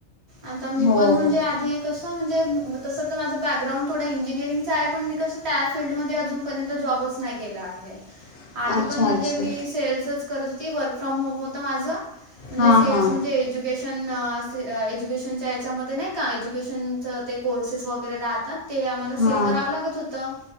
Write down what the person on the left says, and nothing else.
हो,
हो.
<unintelligible>
अच्छा.
हां,
हां.
हां.